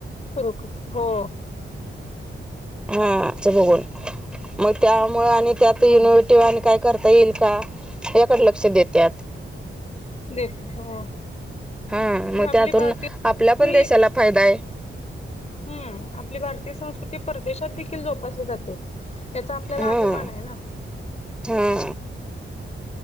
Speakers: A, on the left; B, in the centre.
A: सुरू हो
B: हा च बघून मग त्यामुळे आणि त्यात
A: हो
B: युनिव्हर्टी आणि काय करता येईल का याकडे लक्ष देतात
A: देेत हो
B: हा
A: म्हणजे
B: मग
A: आपली
B: त्यातून
A: भारतीय संस्कृती
B: आपल्या पण देशाला फायदा आहे
A: हम्म आपली भारतीय संस्कृती परदेशात देखील जोपासली जाते. त्याचा आपल्याला
B: हा
A: अभिमान आहे ना
B: हा